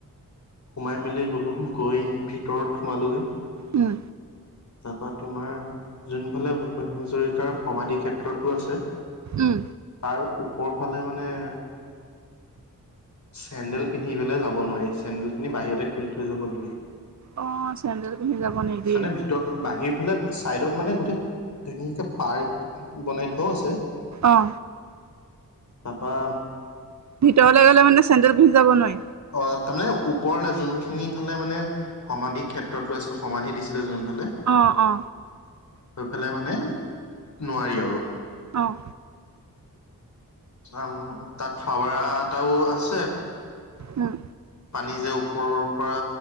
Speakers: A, on the left (about 55°); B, on the right (about 55°).
A: সোমাই মেলি গলো গৈ ভিতৰত। সোমালোগে
B: উম
A: তাপা তোমাৰ। যোনফালে ভূৱন হাজৰিকাৰ সমাধি ক্ষেত্ৰতো আছে। তাৰ
B: উম
A: ওপৰ ফালে মানে। চেণ্ডেল পিন্ধি পেলাই যাব নোৱাৰি চেডেল খিনি বাহিৰতে খুলি থৈ যাব লাগে।
B: অ চেন্দেল পিন্ধি যাব নিদিয়ে
A: মানে ভিতৰত বাহিৰ ফালে। চাইডত মানে গোটেই ধুনীয়াকে পাৰ্ক বনাই থোৱাও আছে।
B: অ'।
A: তাপাম
B: ভিতৰলে গ'লে মানে চেণ্ডেল ভষ যাব নোৱাৰি।
A: অ' তাৰ মমানে ওপৰ নে যোনখিনি ফালে মানে সমাধি ক্ষেত্ৰতো আছিল সমাধি দিছিলে যোন <unintelligible> ফালে
B: অ অ
A: হৈফালে মানে নোৱাৰি আৰু।
B: আহ।
A: উ তাত ফাৱাৰা এটাও আছে।
B: অম।
A: পানী যে ওপৰৰ পৰা